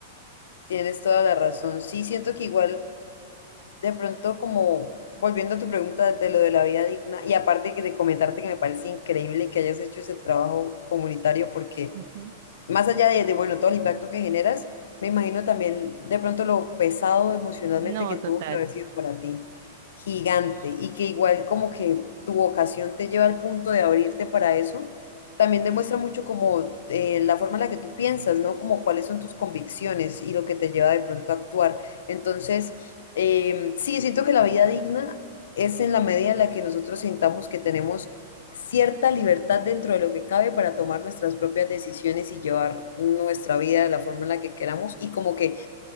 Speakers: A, on the left; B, on the right.
A: Tienes toda la razón. Sí, siento que igual... de pronto como volviendo a tu pregunta de lo de la vida digna, y aparte que de comentarte que me parece increíble que hayas hecho ese trabajo comunitario porque
B: Ujú.
A: más allá de, de, bueno, todo el impacto que generas, me imagino también de pronto lo pesado emocionalmente
B: No,
A: que tuvo
B: total.
A: que haber sido para ti, gigante, y que igual como que tu vocación te lleva al punto de abrirte para eso, también demuestra mucho como eh, la forma en la que tú piensas, ¿no? Como cuáles son tus convicciones y lo que te lleva de pronto a actuar. Entonces, em, sí, siento que la vida digna es en la medida en la que nosotros sintamos que tenemos cierta libertad dentro de lo que cabe para tomar nuestras propias decisiones y llevar nuestra vida de la forma en la que queramos y como que